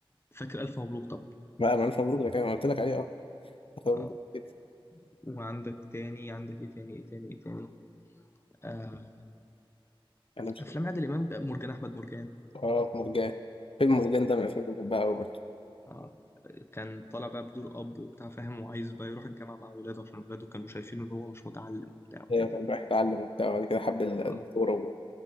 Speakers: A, on the left (about 25°); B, on the left (about 70°).
A: فاكر ألف مبروك طبعا
B: بقى ما الف مبروك ده كان أنا قلت لك عليه اه ألف مبروك
A: اه
B: جدا
A: وعندك تاني عندك ايه تاني ايه تاني ايه تاني آه
B: انا مش
A: أفلام
B: فاكر
A: عادل إمام مرجان أحمد مرجان
B: اه مرجان فيلم مرجان ده من الافلام اللي بحبها قوي برضه
A: اه كان طالع بقى بدور أب وبتاع فاهم وعايز بقى يروح الجامعة مع ولاده عشان ولاده كانوا شايفينه إن هو مش متعلم وبتاع وحاجات
B: ايوه كان
A: زي كده
B: رايح يتعلم وبتاع وبعد كده حب الدكتوره
A: اه
B: و...